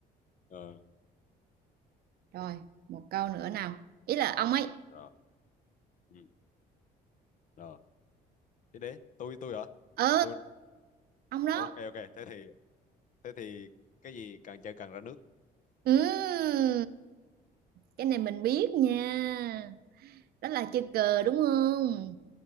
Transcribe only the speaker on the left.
ờ
rồi ừ. rồi Thế đấy, tôi tôi hả?
Tôi
ok ok, thế thì thế thì cái gì càng chơi càng ra nước?